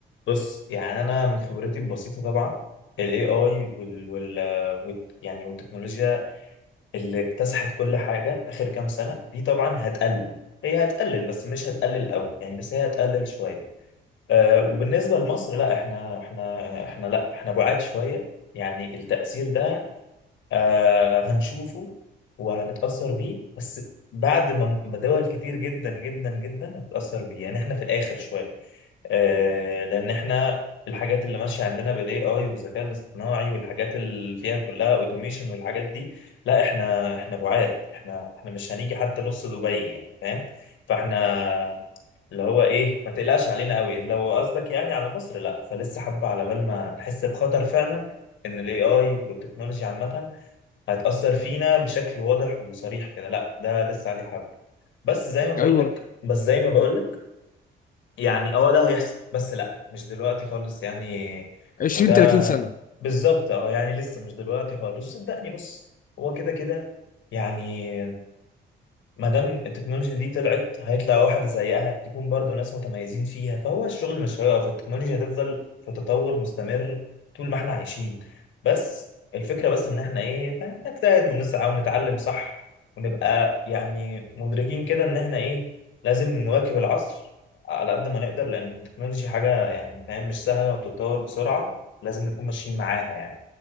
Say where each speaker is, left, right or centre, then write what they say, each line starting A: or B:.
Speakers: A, on the left; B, on the left.
A: بص يعني أنا من خبرتي البسيطة طبعا ال AI وال, وال, وال يعني والتكنولوجيا اللي اكتسحت كل حاجة آخر كام سنة دي طبعا هتقلل هي هتقلل بس مش هتقلل قوي يعني بس هي هتقلل شوية آه وبالنسبة لمصر لا احنا احنا احنا لا احنا بعاد شوية يعني التأثير ده آه هنشوفه وهنتأثر بيه بس بعد ما ما دول كتير جدا جدا جدا هتتأثر بيه يعني احنا في الآخر شوية آه، لان احنا الحاجات اللي ماشيه عندنا بالاي اي والذكاء الاصطناعي والحاجات اللي فيها كلها اوتوميشن والحاجات دي لا احنا احنا بعاد احنا احنا مش هنيجي حتى نص دبي يعني فاهم فاحنا اللي هو ايه ما تقلقش علينا قوي لو قصدك يعني على مصر لا فلسه حبه على بال ما نحس بخطر فعلا ان الاي اي والتكنولوجيا عامه هتاثر فينا بشكل واضح وصريح كده لا ده لسه عليه حبه بس زي ما بقول
B: ايوه
A: لك بس زي ما بقول لك يعني اه ده هيحصل بس لا مش دلوقتي خالص يعني
B: 20
A: وده
B: 30 سنة
A: بالظبط اه يعني لسه مش دلوقتي خالص صدقني بص هو كده كده يعني ما دام التكنولوجيا دي طلعت هيطلع واحدة زيها تكون برضو ناس متميزين فيها فهو الشغل مش هيقف التكنولوجيا هتفضل في تطور مستمر طول ما احنا عايشين بس الفكرة بس ان احنا ايه فاهم نجتهد ونسعى ونتعلم صح ونبقى يعني مدركين كده ان احنا ايه لازم نواكب العصر على قد ما نقدر لان التكنولوجيا حاجة يعني فاهم مش سهلة وبتتطور بسرعة لازم نكون ماشيين معاها يعني